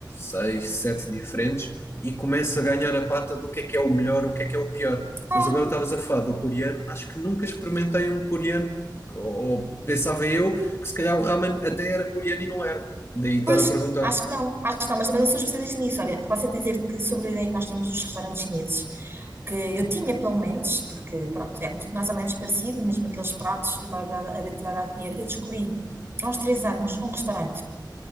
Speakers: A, on the left; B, on the right.
A: seis, sete diferentes e começo a ganhar a pata do que é que é o melhor, o que é que é o pior.
B: ah,
A: Mas agora estavas a falar do coreano, acho que nunca experimentei um coreano, ou, ou pensava eu que se calhar o ramen até era coreano e não era. Daí estar
B: Pois,
A: a perguntar.
B: acho que não, acho que não, mas também não sou especialista nisso. Olha, posso é dizer que sobre a ideia que nós temos dos restaurantes chineses, que eu tinha pelo menos, porque pronto, era tudo mais ou menos parecido, mesmo aqueles pratos que eu estava habituada a comer, eu descobri há uns três anos um restaurante